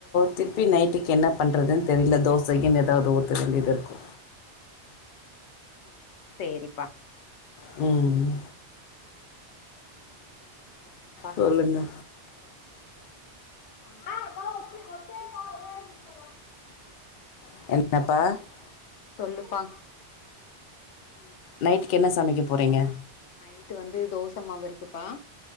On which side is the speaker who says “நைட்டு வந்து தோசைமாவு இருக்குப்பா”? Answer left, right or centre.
Left